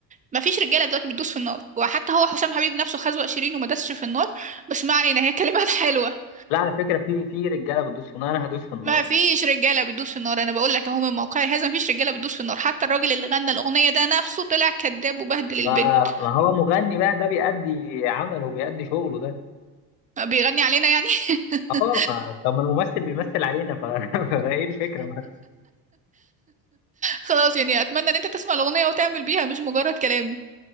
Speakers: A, on the right (about 15°); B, on the left (about 70°).
A: ما فيش رجاله دلوقتي بتدوس في النار وحتى هو حسام حبيب نفسه خزوق شيرين وما دسش في النار بس ما علينا هي كلمات حلوه
B: لا على فكره في في رجاله بتدوس في النار انا هدوس في النار
A: ما فيش رجاله بتدوس في النار انا بقول لك اهو من موقعي هذا ما فيش رجاله بتدوس في النار حتى الراجل اللي غنى الاغنيه ده نفسه طلع كذاب وبهدل
B: ما
A: البنت
B: ما هو مغني بقى ده بيأدي عمله وبيأدي شغله ده
A: بيغني علينا يعني <laughs>
B: اه ما- طب ما الممثل بيمثل علينا ف- <laughs> فايه الفكره
A: خلاص يعني اتمنى ان انت تسمع الاغنيه وتعمل بيها مش مجرد كلام